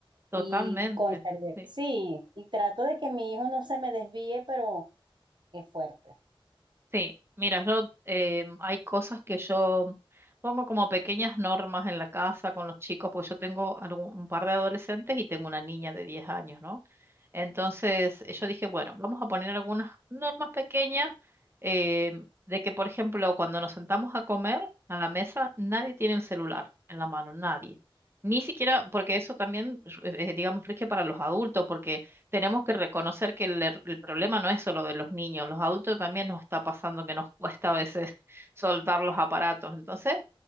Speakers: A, on the right; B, on the right.
A: totalmente.
B: Y, cónchale,
A: Sí.
B: sí, y trato de que mi hijo no se me desvíe, pero es fuerte.
A: Sí, mira, yo eh, hay cosas que yo pongo como pequeñas normas en la casa con los chicos, porque yo tengo algún- un par de adolescentes y tengo una niña de 10 años, ¿no? Entonces eh, yo dije, bueno, vamos a poner algunas normas pequeñas eh, de que, por ejemplo, cuando nos sentamos a comer a la mesa, nadie tiene el celular en la mano, nadie. Ni siquiera, porque eso también, eh, eh, digamos, rige para los adultos, porque tenemos que reconocer que el, er- el problema no es solo de los niños, los adultos también nos está pasando que nos <laughs> cuesta a veces <laughs> soltar los aparatos. Entonces,